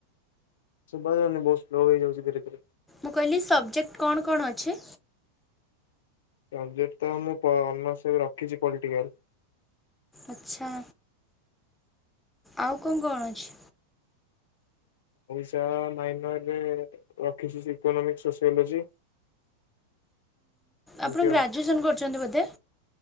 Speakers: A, on the left; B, in the centre.
A: ଶୁଭା ଯାଉନି ବହୁତ ସ୍ଲୋ ହେଇଯାଉଛି ଧୀରେ ଧୀରେ।
B: ମୁଁ କହିଲି ସବଜେକ୍ଟ କଣ କଣ ଅଛି?
A: ସବଜେକ୍ଟ ତ ମୁଁ ପ ଅନର୍ସ ଏବେ ରଖିଛି ପଲିଟିକାଲ।
B: ଆଚ୍ଛା। ଆଉ କଣ କଣ ଅଛି?
A: ଶା ମାଇନରରେ ରଖିଛି ଇକୋନୋମିକ୍ ସୋସିଓଲୋଜି। ଏମିତି
B: ଆପଣ
A: ଆଉ
B: ଗ୍ରାଜୁଏସନ କରୁଛନ୍ତି ବୋଧେ?